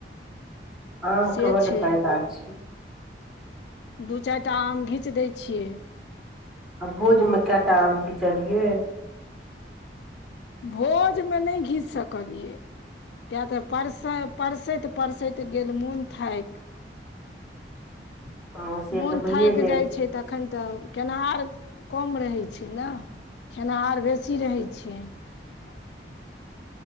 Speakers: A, in the centre; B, on the left.
A: आम
B: से
A: के बड
B: छै
A: फायदा छै।
B: दू चारि टा आम घीच दै छियै।
A: आ भोजमे कए टा आम घिचलियै।
B: भोजमे नहि घीच सकलियै किएक त परसै परसैत परसैत गेल मोन थाकि
A: <unintelligible> से
B: मोन
A: तऽ भइए
B: थाकि जाइ छै तखन त केेनिहार कम रहै छै ने, खेनिहार बेसी रहै छै। <unintelligible>